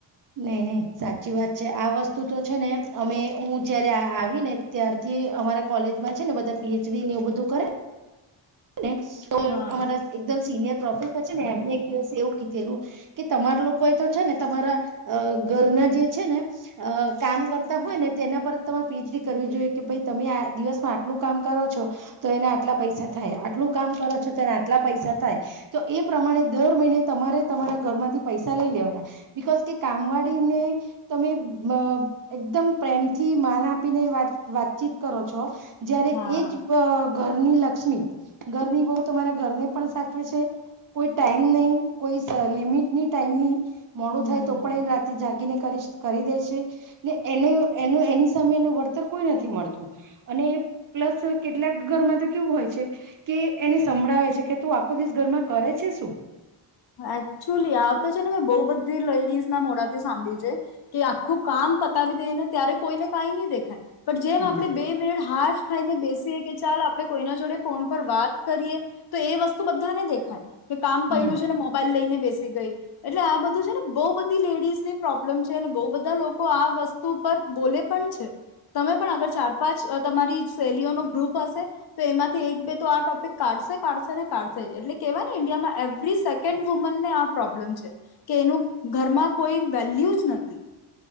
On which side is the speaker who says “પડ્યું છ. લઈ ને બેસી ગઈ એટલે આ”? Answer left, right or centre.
Left